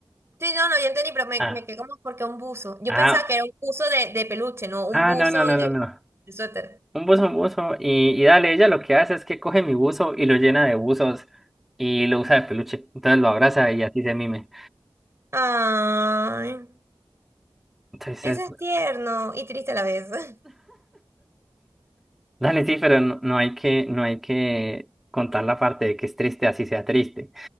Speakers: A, on the right; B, in the centre.
A: Sí, no, no, yo entendí, pero me,
B: Ah,
A: me quedé como porque un buzo. Yo
B: ah,
A: pensaba que era un buzo de, de peluche, no, un
B: ah,
A: buzo
B: no, no, no,
A: de,
B: no, no.
A: de suéter.
B: Un buzo, un buzo. Y, y dale, ella lo que hace es que coge mi buzo y lo llena de buzos y lo usa de peluche. Entonces lo abraza y así se mime.
A: Ay,
B: Entonces,
A: ese es tierno y triste a la vez. <laughs>
B: dale, sí, pero no, no hay que, no hay que contar la parte de que es triste, así sea triste.